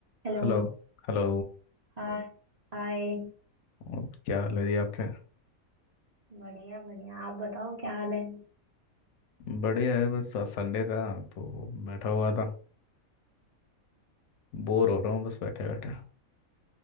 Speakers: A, on the right; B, on the left.
A: Hello
B: Hello Hello
A: Hi Hi
B: और क्या हाल है जी आपके
A: बढ़िया बढ़िया आप बताओ क्या हाल है
B: बढ़िया है बस आज संडे था तो बैठा हुआ था बोर हो रहा हूँ बस बैठे बैठे